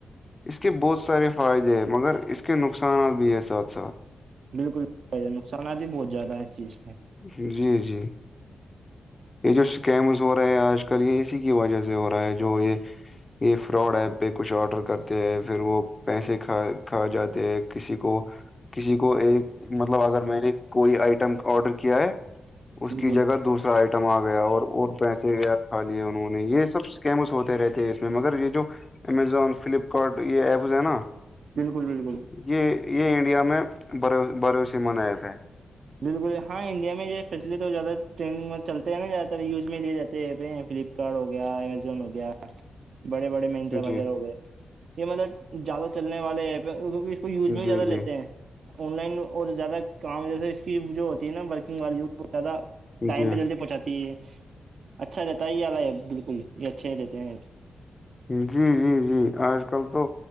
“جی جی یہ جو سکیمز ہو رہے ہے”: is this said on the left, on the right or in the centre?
Left